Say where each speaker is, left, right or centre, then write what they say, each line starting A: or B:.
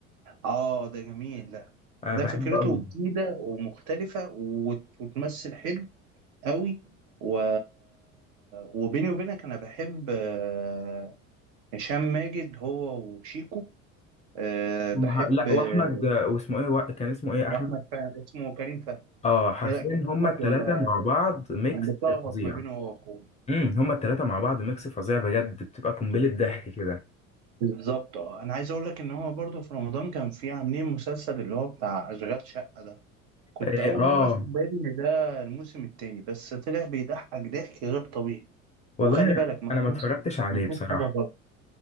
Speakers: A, on the right; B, on the left.
A: اه ده جميل ده
B: أه
A: ده
B: بحبه
A: فكرته
B: قوي
A: جديدة ومختلفة وت- وتمثل حلو قوي و... وبيني وبينك انا بحب آه، هشام ماجد هو وشيكو آه، بحب
B: ومع- لا
A: آه،
B: واحمد واسمه ايه وا- كان اسمه ايه احمد
A: احمد فهمي اسمه كريم فهمي
B: اه حرفيا
A: إيه، لا كان
B: هما
A: احمد
B: الثلاثه
A: ولا
B: مع بعض ميكس
A: انا بتلخبط
B: فظيع
A: ما بينه هو واخوه
B: امم هما الثلاثه مع بعض ميكس فظيع بجد بتبقى قنبله ضحك كده
A: بالظبط اه انا عايز اقول لك ان هو برضه في رمضان كان في عاملين مسلسل اللي هو بتاع اشغال شقة ده كنت
B: إيه،
A: أول
B: اه
A: مرة أخد بالي إن ده الموسم التاني بس طلع بيضحك ضحك غير طبيعي
B: والله
A: وخلي
B: انا
A: بالك ما
B: أنا ما
A: فيهوش
B: اتفرجتش عليه
A: ما فيهوش
B: بصراحه
A: حاجة غلط